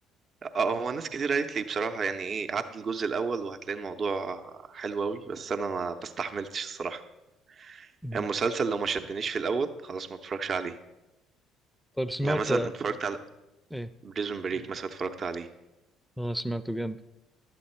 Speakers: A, on the right; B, in the centre.
A: اه هو ناس كتير قالت لي بصراحه يعني ايه عدي الجزء الاول وهتلاقي الموضوع حلو قوي بس انا ما بستحملتش الصراحه
B: مم.
A: يعني المسلسل لو ما شدنيش في الاول خلاص ما اتفرجش عليه
B: طيب سمعت
A: يعني مثلا اتفرجت على
B: ايه
A: بريزون بريك مثلا اتفرجت عليه
B: اه سمعته جامد